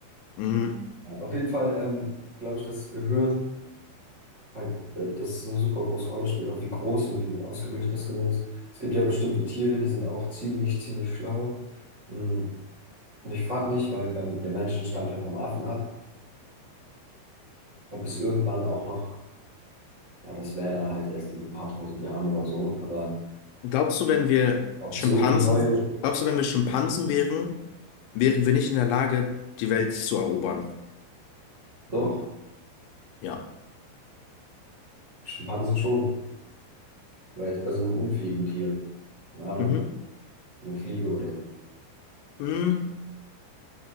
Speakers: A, on the left; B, on the right.
A: Mhm.
B: Auf jeden Fall ähm, glaube ich, das Gehirn, halt, da- das ist eine super große Rolle spielt, auch wie groß und wie ausgebildet das Gehirn ist. Es gibt ja bestimmte Tiere, die sind auch ziemlich, ziemlich schlau. Mh, Und ich frage mich, weil beim, der Menschen stammt ja vom Affen ab, ob es irgendwann auch noch, ja, das wäre dann halt erst in ein paar tausend Jahren oder so, aber
A: Glaubst du, wenn wir
B: ob
A: Schimpansen,
B: es irgendwie neue,
A: glaubst du, wenn wir Schimpansen wären, wären wir nicht in der Lage, die Welt zu erobern?
B: doch,
A: Ja.
B: Schimpansen schon. weil jetzt bei so einem unfähigen Tier. Keine Ahnung,
A: Mhm.
B: eine Fliege oder so.
A: Mhm.